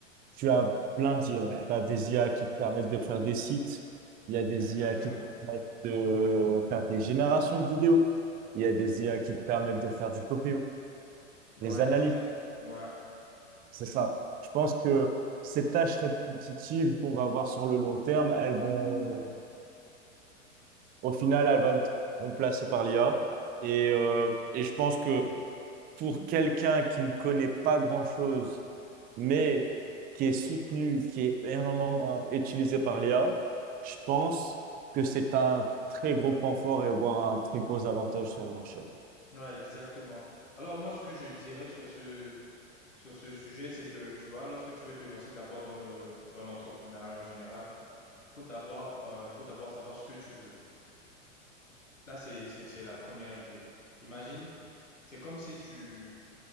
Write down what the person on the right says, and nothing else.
tu as plein d'IA. Tu as des IA qui te permettent de faire des sites. Il y a des
IA qui te permettent de faire des générations de vidéos. Il y a des IA qui te permettent de faire du copy,
des analyses.
C'est ça. Je pense que ces tâches répétitives qu'on va avoir sur le long terme, elles vont, au final, elles vont être remplacées par l'IA. Et, euh, et je pense que pour quelqu'un qui ne connaît pas grand-chose, mais qui est soutenu, qui est énormément utilisé par l'IA, je pense que c'est un très gros point fort et voire un très gros avantage sur le marché.